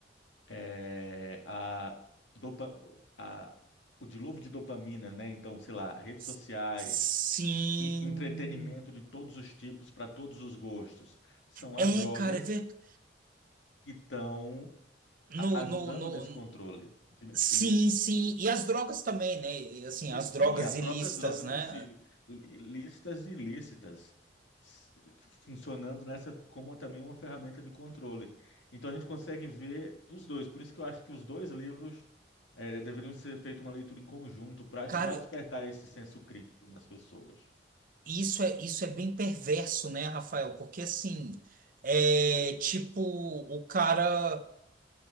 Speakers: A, on the left; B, on the right.
A: é, a, dopa, a, o dilúvio de dopamina, né? Então, sei lá, redes
B: S-
A: sociais.
B: Sim.
A: en- Entretenimento de todos os tipos, para todos os gostos. São
B: É,
A: as drogas
B: cara, é verdade.
A: que estão
B: No,
A: a- ajudando
B: no, no...
A: nesse controle. De-
B: Sim,
A: E,
B: sim. E as drogas também, né? E, Assim,
A: e,
B: as
A: sim,
B: drogas
A: as
B: ilícitas,
A: próprias drogas
B: né?
A: em si, lí- lícitas e ilícitas, s- funcionando nessa como também uma ferramenta de controle. Então a gente consegue ver dos dois. Por isso que eu acho que os dois livros eh, deveriam ser feita uma leitura em conjunto para ajudar
B: Cara,
A: a despertar esse senso crítico nas pessoas.
B: Isso é, isso é bem perverso, né, Rafael? Porque assim, é tipo, o cara